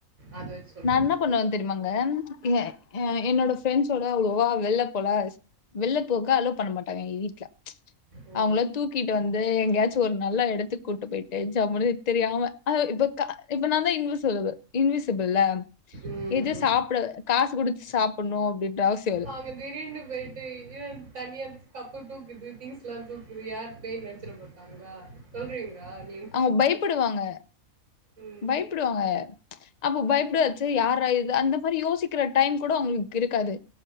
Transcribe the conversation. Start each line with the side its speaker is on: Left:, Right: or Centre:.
Right: அது சொல்லணும்.
Left: நா என்ன பண்வே தெரியுமாங்க எ அ என்னோட ஃப்ரெண்ஸோட அவ்ளோவா வெள்ல போலா வெள்ள போகா அலோ பண்ண மாட்டாங்க எங்க வீட்ல
Right: ஓ!
Left: அவுங்கள தூக் கிட்டு வந்து எங்கயாச்சு ஒரு நல்லா எடத்துக் கூட்டு போயிட்டு ஜம்முனு தெரியாம ஆ இப்போ கா இப்ப நாந்தா இன்வ செலவு இன்விஸிப் ல்ல
Right: ம்.
Left: எது சாப்ட காசு குடுத்து சாப்புட்னு அப்டின்ற அவஸ்
Right: அங்க திடீர்னு போயிட்டு ஈவன் தனியா கப்பு தூக்குற்து திங்ஸ்லா தூக்குரியா பேய்ன் நெனச்சிற மாட்டாங்ளா சொல்றீங்ளா நீ
Left: அவுங்க பய்ப்படுவாங்க
Right: ம்.
Left: பய்ப்புடுவாங்க அப்ப பய்ப்புட்றச்சே யார்ரா இது அந்த மாரி யோசிக்கிற டைம் கூட அவுங்களுக் இருக்காது